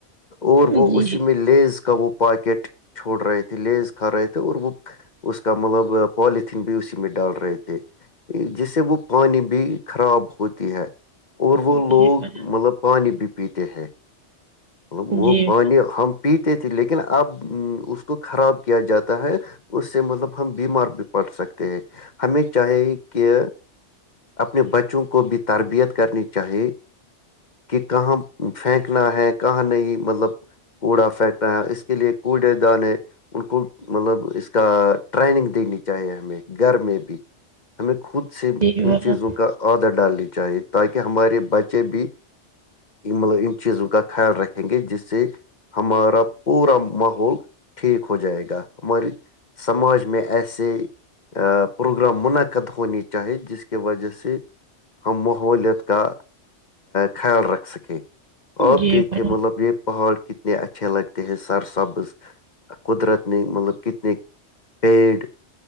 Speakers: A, on the left; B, on the right.
A: اور وہ
B: جی
A: اسی میں لیز کا وہ پاکٹ چھوڑ رہے تھے لیز کھا رہے تھے اور وہ اس کا مطلب پوالتھین بھی اسی میں ڈال رہے تھے جس سے وہ پانی بھی خراب ہوتی ہے اور وہ لوگ
B: جی بھائی
A: مطلب پانی بھی پیتے ہیں مب وہ
B: جی
A: پانی ہم پیتے تھے لیکن اب اس کو خراب کیا جاتا ہے اس سے مطلب ہم بیمار بھی پڑ سکتے ہیں ہمیں چاہے کہ اپنے بچوں کو بھی تربیت کرنی چاہیے کہ کہاں پھینکنا ہے کہاں نہیں مطلب کوڑا پھینک رہ ہے اس کے لیے کوڑے دانے ان کو مطلب اس کا ٹریننگ دینی چاہیے ہمیں گھر میں بھی ہمیں خود سے
B: جی
A: ان
B: بھائیان
A: چیزوں کا آادر ڈالنی چاہیے تاکہ ہمارے بچے بھی مطلب ان چیزوں کا خیال رکھیں گے جس سے ہمارا پورا محول ٹھیک ہو جائے گا ہماری سماج میں ایسے پروگرام منعقد ہونی چاہیے جس کی وجہ سے ہم ماحولیت کا خیال رکھ سکیں آپ
B: جی
A: دیکھیں
B: بھائیان
A: یہ پہاڑ کتنے اچھے لگتے ہیں سر سبز قدرت نے مطلب کتنے پیڈ